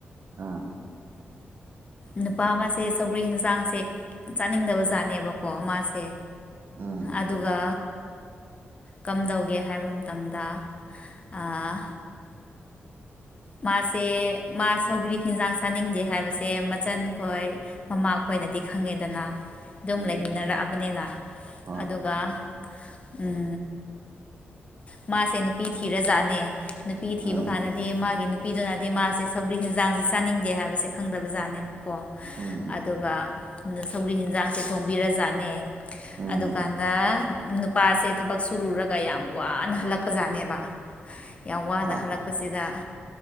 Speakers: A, on the right; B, on the left.
A: ꯑꯥ
B: ꯅꯨꯄꯥ ꯑꯃꯁꯦ ꯁꯧꯒ꯭ꯔꯤ ꯍꯦꯟꯖꯥꯡꯁꯦ ꯆꯥꯅꯤꯡꯗꯕ ꯖꯥꯠꯅꯦꯕꯀꯣ ꯃꯥꯁ ꯁꯦ
A: ꯎꯝ
B: ꯑꯗꯨꯒ ꯀꯝꯗꯧꯒꯦ ꯍꯥꯏꯕ ꯃꯇꯝꯗ ꯑꯥ ꯃꯥꯁꯦ ꯃꯥ ꯁꯧꯒ꯭ꯔꯤ ꯍꯤꯟꯖꯥꯡ ꯆꯥꯅꯤꯡꯗꯦ ꯍꯥꯏꯕꯁꯦ ꯃꯆꯟ ꯈꯣꯏ ꯃꯃꯥ ꯈꯣꯏꯅꯗꯤ ꯈꯪꯉꯦꯗꯅ ꯑꯗꯨꯝ
A: ꯎꯝ
B: ꯂꯩꯃꯤꯟꯅꯔꯛꯑꯕꯅꯤꯅ
A: ꯍꯣꯏ
B: ꯑꯗꯨꯒ ꯑꯝ ꯃꯥꯁꯦ ꯅꯨꯄꯤ ꯊꯤꯔꯖꯥꯠꯅꯦ ꯅꯨꯄꯤ ꯊꯤꯕ
A: ꯎꯝ
B: ꯀꯥꯟꯗꯗꯤ ꯃꯥꯒꯤ ꯅꯨꯄꯤꯗꯨꯅꯗꯤ ꯃꯥꯁꯦ ꯁꯧꯒ꯭ꯔꯤ ꯍꯤꯟꯖꯥꯡꯁꯦ ꯆꯥꯅꯤꯡꯗꯦ ꯍꯥꯏꯕꯁꯦ ꯈꯪꯗꯕ ꯖꯥꯠꯅꯦꯕ ꯀꯣ
A: ꯎꯝ
B: ꯑꯗꯨꯒ ꯁꯧꯒ꯭ꯔꯤ ꯍꯦꯟꯖꯥꯡꯁꯦ ꯊꯣꯡꯕꯤꯔ ꯖꯥꯠꯅꯦ
A: ꯎꯝ
B: ꯑꯗꯨꯀꯥꯟꯗ ꯅꯨꯄꯥꯁꯦ ꯊꯥꯕꯛ ꯁꯨꯔꯨꯔꯒ ꯌꯥꯝ ꯋꯥꯅ ꯍꯜꯂꯛꯄ ꯖꯥꯠꯅꯦꯕ ꯌꯥꯝ ꯋꯥꯅ
A: ꯍꯣꯏ
B: ꯍꯜꯂꯛ ꯄꯨꯁꯤꯗ